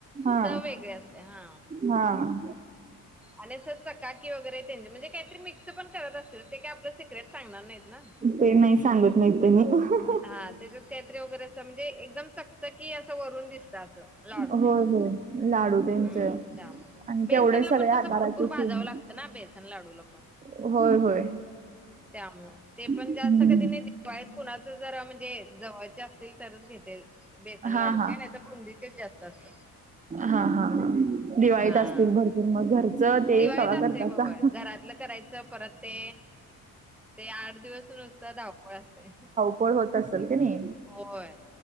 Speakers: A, on the right; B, in the centre.
A: हा
B: चव वेगळी असत्या हा
A: हा
B: आणि अस चकाकी वगैरे. म्हणजे काहीतरी मिक्स पण करत असतील ते काही आपलं सिक्रेट सांगणार नाहीत ना.
A: ते नाही सांगत नाही त त्यांनी <inaudible>
B: हा त्याच्यात काहीतरी वगैरे असं म्हणजे एकदम चकचकी असं वरून दिसत असं लाडू
A: होय
B: त्यांच
A: होय लाडू त्यांच
B: हम्म
A: आणि
B: त्यामुळे. बेसनला
A: तेवढे सगळे
B: पण कसं
A: आकाराचे
B: भरपूर भाजावं
A: सेम
B: लागतं ना बे - लाडूला पण
A: होय होय
B: त्यामुळं ते पण
A: हम्म
B: जास्त कधी <inaudible> कुणाच जर म्हणजे जवळचे असतील तरच घेते बेसन
A: हा
B: लाडूचे
A: हा
B: नाही - बुंदीचेच जास्त असतात.
A: हा हा हा दिवाळीत
B: हा
A: असतील भरपूर मग घरचं ते
B: दिवाळीत
A: कव्हा
B: असते
A: करतासा.
B: होय घरातलं करायचं परत ते ते आठ दिवस नुसत धावपळ असते.
A: <unintelligible> होत असेल क नाही.
B: होय